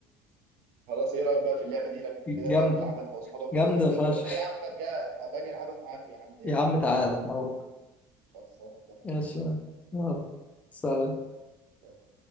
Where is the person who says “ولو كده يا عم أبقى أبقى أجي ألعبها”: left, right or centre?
Right